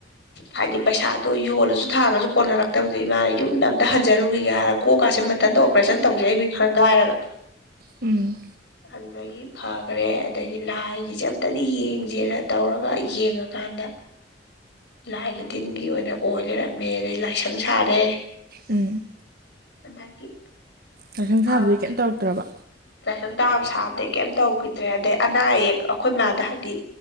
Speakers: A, on the left (about 70°); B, on the right (about 55°).
A: ꯍꯥꯏꯗꯤ ꯄꯩꯁꯥꯗꯣ ꯌꯣꯜꯂꯁꯨ ꯊꯥꯡꯉꯁꯨ ꯀꯣꯟꯅꯔꯛꯇꯕꯗꯒꯤ ꯃꯥꯅ ꯌꯨꯝꯗ ꯑꯝꯇ ꯍꯟꯖꯔꯨꯒꯦ ꯍꯥꯏꯔꯕ ꯀꯣꯛꯀꯁꯦ ꯃꯊꯇ ꯑꯣꯄꯔꯦꯁꯟ ꯇꯧꯖꯩꯃꯤ ꯃꯊꯥꯟꯇꯥ ꯍꯟꯒꯥꯏꯔꯒ
B: ꯎꯝ
A: ꯑꯗꯨꯗꯩ ꯑꯗꯒꯤ ꯐꯈꯔꯦ ꯑꯗꯒꯤ ꯂꯥꯏꯒꯤꯁꯦ ꯑꯝꯇꯗꯤ ꯌꯦꯡꯁꯦꯅ ꯇꯧꯔꯒ ꯌꯦꯡꯉꯀꯥꯟꯗ ꯂꯥꯏꯒꯤ ꯇꯤꯟꯒꯤ ꯑꯣꯏꯅ ꯑꯣꯏ ꯂꯩꯔꯝꯃꯦ ꯑꯗꯩ ꯂꯥꯏꯁꯪ ꯁꯥꯔꯦ
B: ꯎꯝ
A: ꯑꯗꯒꯤ
B: ꯂꯥꯏꯁꯪ
A: ꯐꯈ꯭ꯔꯦ
B: ꯁꯥꯕꯗꯤ ꯀꯩꯝ ꯇꯧꯔꯛꯇ꯭ꯔꯕ
A: ꯂꯥꯏꯁꯪ ꯇꯥꯕ ꯁꯥꯕꯗꯒꯤ ꯀꯩꯝ ꯇꯧꯈꯤꯗ꯭ꯔꯦ ꯑꯗꯩ ꯑꯅꯥ ꯑꯌꯦꯛ ꯑꯩꯈꯣꯏ ꯃꯥꯗ ꯍꯥꯏꯗꯤ